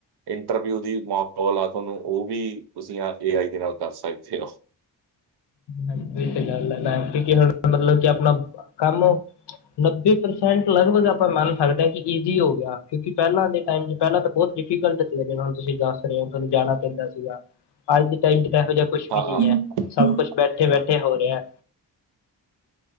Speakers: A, on the right; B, on the left.
A: ਇੰਟਰਵਿਊ ਦੀ ਫੋਨ ਕੋਲ ਆ ਤੁਹਾਨੂੰ ਓਹ ਵੀ ਤੁਸੀ ਅ ਏ ਆਈ ਦੇ ਨਾਲ ਕਰ ਸਕਦੇ ਹੋ।
B: ਹਾਂਜੀ ਇਹ ਤੇ ਗੱਲ ਹੈ ਨਾ ਕਿਉਂਕਿ ਹੁਣ ਮਤਲਬ ਕਿ ਅਪਣਾ ਕੰਮ ਨੱਬੇ ਪ੍ਰਸੈਂਟ ਲਗਭਗ ਆਪਾਂ ਮੰਨ ਸਕਦੇ ਹਾਂ ਕਿ ਈਜ਼ੀ ਹੋ ਗਿਆ ਕਿਉਂਕਿ ਪਹਿਲਾਂ ਦੇ ਟਾਈਮ ਚ ਪਹਿਲਾਂ ਤਾਂ ਬੋਤ ਡਿਫੀਕਲਟ ਸੀ ਜਿਵੇਂ ਹੁਣ ਤੁਸੀਂ ਦੱਸ ਰਹੇ ਹੋ ਤੁਹਾਨੂੰ ਜਾਣਾ ਪੈਂਦਾ ਸੀਗਾ ਅੱਜ ਦੇ ਟਾਈਮ ਚ ਐਹੋ ਜਿਹਾ ਕੁਛ
A: ਹਾਂ
B: ਵੀ ਨੀ
A: ਹਾਂ
B: ਹੈ ਸਭ ਕੁਛ ਬੈਠੇ ਬੈਠੇ ਹੋ ਰਿਹਾ ਐ